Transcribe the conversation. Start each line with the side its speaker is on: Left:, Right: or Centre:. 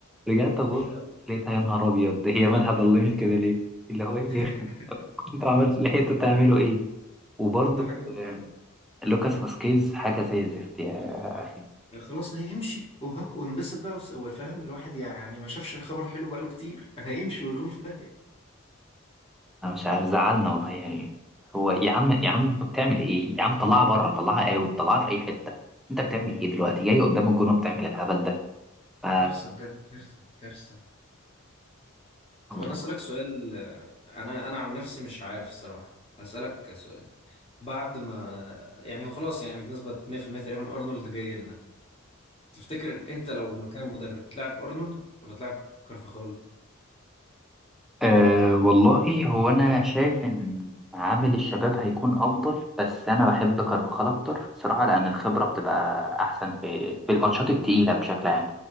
Centre: رجعت ابص
Left: وحشة أوي
Centre: لقيتها يا نهار ابيض ده هي مالها ضلمت كده ليه اللي هو ايه
Left: <laughs>
Centre: كنتوا عملت لحقتوا تعملوا ايه وبرضه
Left: بجد حاجة مقرفة
Centre: آه، لوكاس فاسكيز حاجه زي الزفت يا
Left: خلاص نمشي وها ونبسط بقى وس- وفاهم الواحد يعني ما شافش خبر حلو بقاله كتير <laughs> هيمشي ويغور في داهية
Centre: انا مش عارف زعلنا والله يعني هو يا عم يا عم انت بتعمل ايه يا عم طلعها بره طلعها اوت طلعها في اي حته انت بتعمل ايه دلوقتي جاي قدام الجون وبتعمل الهبل ده ف
Left: كارثة بجد كارثة كارثة
Centre: والله
Left: طب أنا أسألك سؤال آه، أنا أنا عن نفسي مش عارف الصراحة هسألك سؤال بعد ما يعني هو خلاص يعني بنسبة 100% تقريبا أرنولد جاي لنا تفتكر أنت لو مكان المدرب تلعب أرنولد ولا تلعب كارفاخال؟
Centre: أه والله هو انا شايف ان عامل الشباب هيكون افضل بس انا بحب كارفاخال اكتر صراحه لان الخبره بتبقى احسن في في الماتشات التقيله بشكل عام